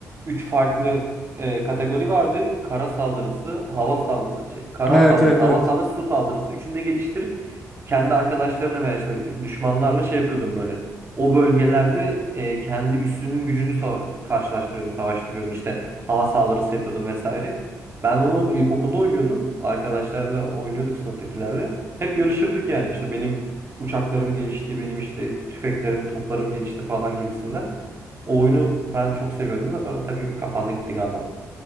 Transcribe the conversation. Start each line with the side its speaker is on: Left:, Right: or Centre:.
Right: Üç farklı e, kategori vardı. Kara saldırısı, hava saldırısı, şey, kara
Centre: Evet
Right: saldırısı,
Centre: evet
Right: hava
Centre: evet.
Right: saldırısı, su saldırısı. Üçünü de geliştirip kendi arkadaşlarına veya işte düşmanlarla şey yapıyordum böyle. O bölgelerde e, kendi üssünün gücünü sa- karşılaştırıyordum, savaştırıyordum. İşte hava saldırısı yapıyordum vesaire. Ben onu ilkokulda oynuyordum. Arkadaşlarla oynuyorduk sınıftakilerle. Hep yarışırdık yani. İşte benim uçaklarım gelişti, benim işte tüfeklerim, toplarım gelişti falan gibisinden. O oyunu ben çok seviyordum da sonra tabii kapandı gitti galiba.